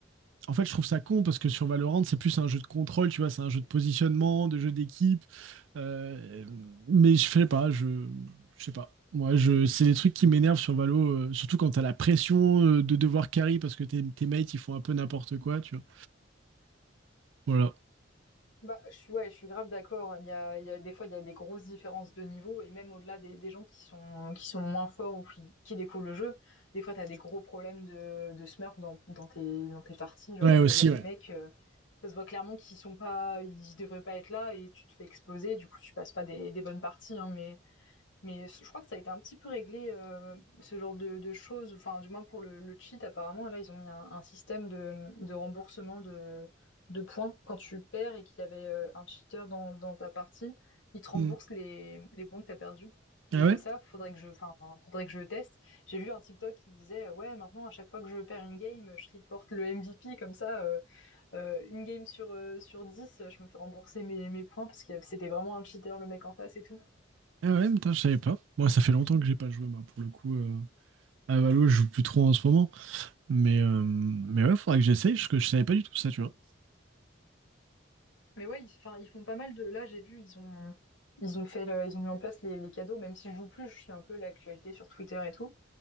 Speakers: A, on the right; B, on the left.
A: en fait, je trouve ça con parce que sur Valorant, c'est plus un jeu de contrôle, tu vois, c'est un jeu de positionnement, de jeu d'équipe. Euh, mais je sais pas, je, je sais pas. Moi, je, c'est des trucs qui m'énervent sur Valo, euh, surtout quand t'as la pression euh, de devoir carry parce que tes, tes mates ils font un peu n'importe quoi, tu vois. Voilà.
B: Bah, je suis, ouais, je suis grave d'accord. Il y a, il y a, des fois, il y a des grosses différences de niveau, et même au-delà des, des gens qui sont, qui sont moins forts ou qui, qui découvrent le jeu, des fois, t'as des gros problèmes de, de smurf dans, dans tes, dans tes parties. Genre,
A: Ouais, aussi,
B: il y a des
A: ouais.
B: mecs, euh, ça se voit clairement qu'ils sont pas, ils devraient pas être là, et tu te fais exploser, du coup, tu passes pas des, des bonnes parties, hein, mais mais je crois que ça a été un petit peu réglé, euh, ce genre de, de choses, enfin du moins pour le, le cheat apparemment, là ils ont mis un, un système de, de remboursement de, de points quand tu perds et qu'il y avait euh, un cheater dans, dans ta partie, ils te remboursent
A: Mm.
B: les, les points que t'as perdus.
A: Ah
B: Et
A: ouais?
B: ça, faudrait que je, enfin, faudrait que je teste. J'ai vu un TikTok qui disait, euh, ouais, maintenant à chaque fois que je perds une game, je reporte le MVP comme ça, euh, euh, une game sur euh, sur 10, je me fais rembourser mes, mes points parce que c'était vraiment un cheater le mec en face et tout.
A: Ah ouais, putain, je savais pas. Moi, ça fait longtemps que j'ai pas joué, moi, pour le coup. euh, à Valo, je joue plus trop en ce moment. Mais, euh, mais ouais, faudrait que j'essaye, parce que je savais pas du tout ça, tu vois.
B: Mais ouais, ils, enfin, ils font pas mal de. Là, j'ai vu, ils ont, ils ont fait, le- ils ont mis en place les, les cadeaux. Même si je joue plus, je suis un peu l'actualité sur Twitter et tout.